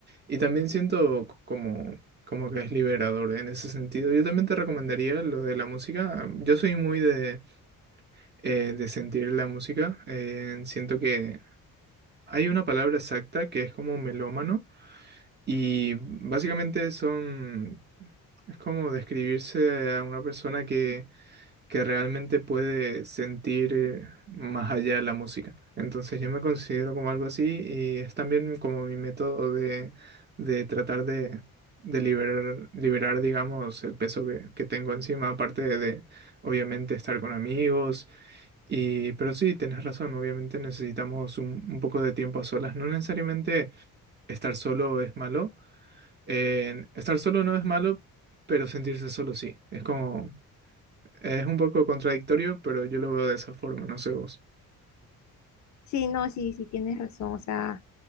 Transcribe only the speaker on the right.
Y también siento c- como, como que es liberador en ese sentido. Yo también te recomendaría lo de la música. Mm, Yo soy muy de, eh, de sentir la música. Eh, siento que hay una palabra exacta que es como melómano. Y básicamente son... Es como describirse a una persona que que realmente puede sentir eh, más allá de la música. Entonces yo me considero como algo así y es también como mi método de, de tratar de, de liberar, liberar, digamos, el peso que, que tengo encima, aparte de, de, obviamente, estar con amigos. Y, pero sí, tenés razón, obviamente necesitamos un, un poco de tiempo a solas. No necesariamente estar solo es malo. eh, estar solo no es malo, pero sentirse solo sí. Es como es un poco contradictorio, pero yo lo veo de esa forma, no sé vos.